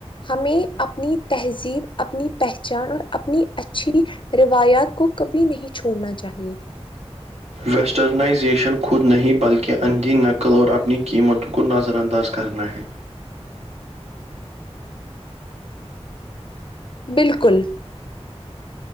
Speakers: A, on the left; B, on the right.
A: ہمیں اپنی تہذیب اپنی پہچان اور اپنی اچھی روایات کو کبھی نہیں چھوڑنا چاہیے
B: ویسٹرنائزیشن خود نہیں بلکہ اندھی نقل اور اپنی قیمتوں کو نظر انداز کرنا ہے
A: بالکل